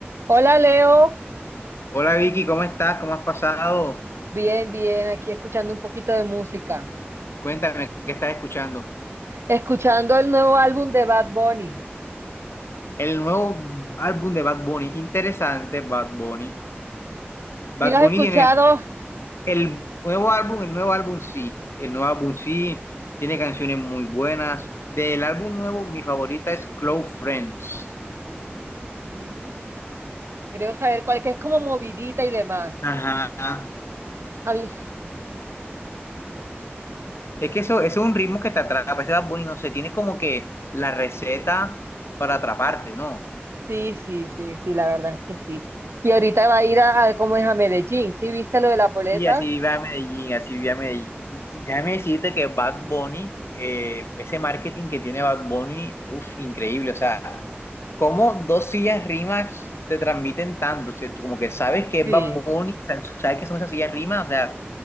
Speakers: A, on the right (about 80°); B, on the left (about 75°).
A: Hola Leo,
B: Hola Vicky, ¿cómo estás? ¿Cómo has pasado?
A: bien, bien, aquí escuchando un poquito de música,
B: Y cuéntame, ¿qué estás escuchando?
A: escuchando el nuevo álbum de Bad Bunny.
B: El nuevo álbum de Bad Bunny, interesante Bad Bunny. Bad
A: Si lo has
B: Bunny
A: escuchado?
B: tiene el nuevo álbum, el nuevo álbum sí, el nuevo álbum sí, tiene canciones muy buenas. Del álbum nuevo, mi favorita es Close Friends.
A: Mm, creo saber cuál, que es como movidita y demás.
B: Ajá.
A: A mí,
B: Es que eso, eso es un ritmo que te atrapa, ese Bad Bunny, no sé, tiene como que la receta para atraparte, ¿no?
A: sí, sí, sí, sí, la verdad es que sí. Y ahorita va a ir a, a ¿cómo es? A Medellín, ¿sí? ¿Viste lo de las boletas?
B: Sí, así va a Medellín, así va a Medellín. Y déjame decirte que Bad Bunny, eh, ese marketing que tiene Bad Bunny, uff, increíble. O sea, cómo dos sillas rimas te transmiten tanto, ¿cierto? Como que sabes que es
A: Sí,
B: Bad Bunny, sabes sabes que son esas sillas rimas, o sea,